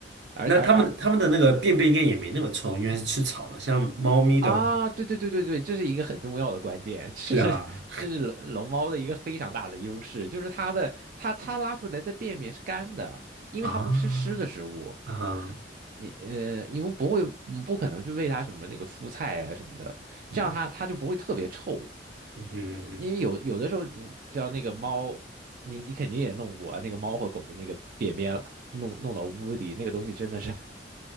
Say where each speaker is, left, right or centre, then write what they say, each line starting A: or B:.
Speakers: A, on the right; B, on the right.
A: 而而而
B: 那它们它们的那个便便应该也没那么臭，因为是吃草的。像猫咪的话，
A: 啊，对对对对对，这是一个很重要的关键，这是这是龙龙猫的一个非常大的优势，
B: 是啊，
A: 就是它的它它拉出来的便便是干的，因为它不吃湿的食物，
B: 啊啊，
A: 你呃，因为不会嗯不可能去喂它什么那个蔬菜啊什么的，这样它它就不会特别臭，
B: 嗯嗯嗯，
A: 因为有有的时候你知道那个猫，
B: 嗯
A: 你你肯定也弄过啊那个猫和狗的那个便便了，弄弄到屋里那个东西真的是